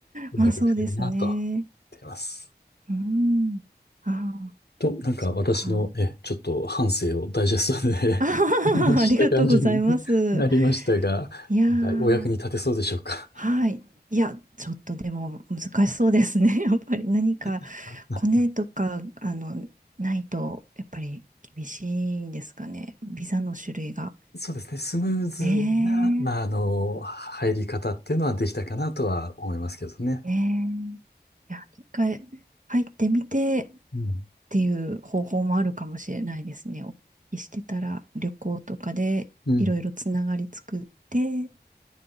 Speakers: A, on the left; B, on the right.
A: うまくいくといいなと思ってます。
B: まあ、そうですね。うん。ああ、
A: と、なんか私の、
B: そっか。
A: え、ちょっと反省をダイジェストで
B: あははははありがとうございます。
A: <laughs> お話しした感じになりましたが、
B: いやー。
A: なんかお役に立てそうでしょうか。
B: はい。いや、ちょっとでも難しそうですね。<laughs> やっぱり何か
A: <laughs>
B: コネとか、あの、ないと、やっぱり厳しいですかね。ビザの種類が。
A: そうですね。スムーズな、
B: ね
A: まあ、あの、入り方っていうのはできたかなとは思いますけどね。
B: え、ねえ。いや、一回入ってみてっ
A: うん。
B: ていう方法もあるかもしれないですね。お聞きしてたら、旅行とかでいろいろつながり作って、
A: うん。